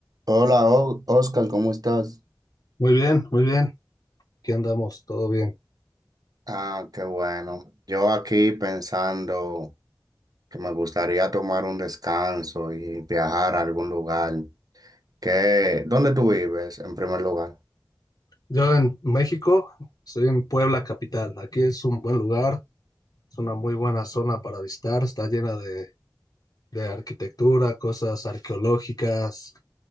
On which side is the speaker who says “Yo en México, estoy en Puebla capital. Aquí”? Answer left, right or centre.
Left